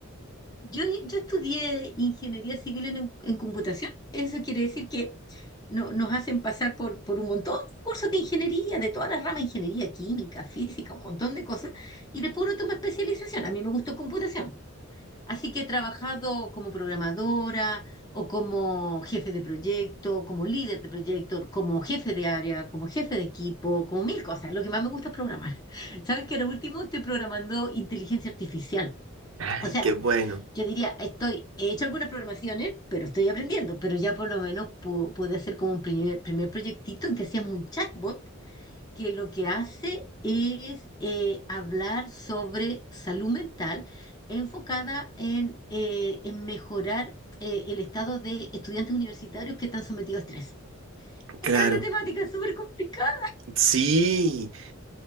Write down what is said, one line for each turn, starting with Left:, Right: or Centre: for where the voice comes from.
Left: Yo, yo estudié ingeniería civil en, en computación. Eso quiere decir que no- nos hacen pasar por, por un montón de cursos de ingeniería, de todas las ramas, ingeniería química, física, un montón de cosas, y después uno toma especialización. A mí me gustó computación. Así que he trabajado como programadora o como jefe de proyecto, como líder de proyecto, como jefe de área, como jefe de equipo, como mil cosas. Lo que más me gusta es programar. <laughs> Sabes que ahora último estoy programando inteligencia artificial.
Right: Ay,
Left: O sea,
Right: qué bueno,
Left: yo diría, estoy, he hecho algunas programaciones, pero estoy aprendiendo, pero ya por lo menos pu- pude hacer como un primer, primer proyectito en que hacíamos un chatbot que lo que hace es eh, hablar sobre salud mental enfocada en, eh, en mejorar eh, el estado de estudiantes universitarios que están sometidos a estrés. Esa
Right: claro.
Left: era la temática, súper complicada.
Right: Sí.